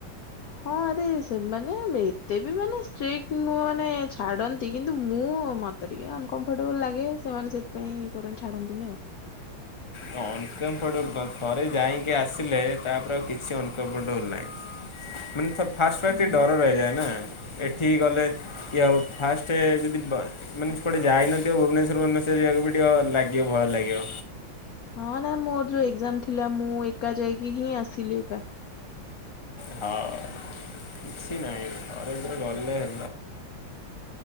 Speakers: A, on the left; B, on the left.
A: ହଁ ଆରେ ସେ ମାନେ ଏଵେ ଏତେବି ମାନେ ଷ୍ଟ୍ରିକ ନୁହଁ ମାନେ ଛାଡନ୍ତି କିନ୍ତୁ ମୁଁ ମତେ ଟିକେ ଅନକମ୍ଫଟେବୁଲ ଲାଗେ ସେ ସେମାନେ ସେଥିପାଇଁ ଇଏ କରନ୍ତି ଛାଡନ୍ତିନି ଆଉ।
B: ହଁ। ଅନକମ୍ଫର୍ଟେବୁଲ କଣ ଥରେ ଯାଇକି ଆସିଲେ ତାପରେ ଆଉ କିଛି ଅନକମ୍ଫ୍ର୍ଟେବୁଲ ନାହିଁ। ମାନେ ସବ ଫାଷ୍ଟ ଫାଷ୍ଟ
A: ହୁଁ।
B: ଟିକେ ଡର ରହିଯାଏ ନା ଏଠିକି ଗଲେ କିଏ ଆଉ ଫାଷ୍ଟ ଯଦି ବ ମାନେ କୁଆଡ଼େ ଯାଇନଥିବ ଭୁବନେଶ୍ଵର ଫୁବନେଶ୍ୱର ଯା କୁ ବି ଟିକେ ଲାଗିବ ଭୟ ଲାଗିବ।
A: ହଁ ନା ମୋର ଯୋଉ ଏକ୍ଜାମ ଥିଲା ମୁଁ ଏକା ଯାଇକି ହିଁ ଆସିଲି ଏକା।
B: ହଁ କିଛି ନାହିଁ ଥରେ ଦିଥର ଗଲେ ହେ